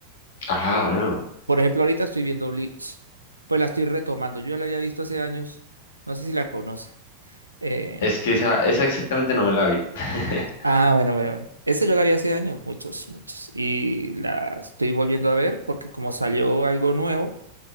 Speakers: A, on the left; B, on the right.
A: Ajá,
B: Eh,
A: bueno.
B: por ejemplo, ahorita estoy viendo Bleach. Pues la estoy retomando. Yo ya la había visto hace años. No sé si la conoce. Eh,
A: Es que esa, esa exactamente no me la vi. <laughs>
B: ah, bueno, bueno, bueno. Esa yo la vi hace años, muchos, muchos. Y la estoy volviendo a ver porque como salió algo nuevo,